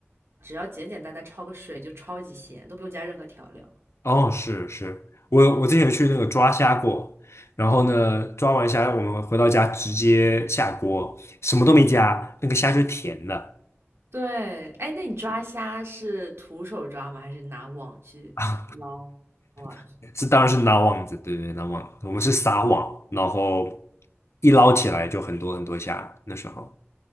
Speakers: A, on the right (about 70°); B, on the left (about 75°).
A: 只要简简单单焯个水就超级鲜，都不用加任何调料。
B: 哦，是是，我我之前有去那个抓虾过，然后呢，抓完虾我们回到家直接下锅，什么都没加，那个虾就甜的
A: 对，哎，那你抓虾是徒手抓吗？还是拿网去捞啊？
B: 啊，<laughs> 这当然是拉网子，对对，拉网，我们是撒网，然后一捞起来就很多很多虾，那时候。